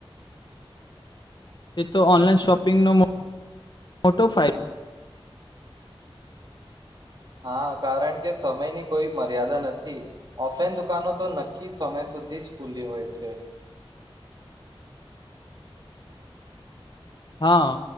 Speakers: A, on the left; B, on the right.
A: એ તો ઓનલાઈન શોપિંગનો મોટો ફાયદો
B: હા કારણ કે સમયની કોઈ મર્યાદા નથી ઓફલાઈન દુકાનો તો નક્કી સમય સુધી જ ખુલ્લી હોય છે
A: હા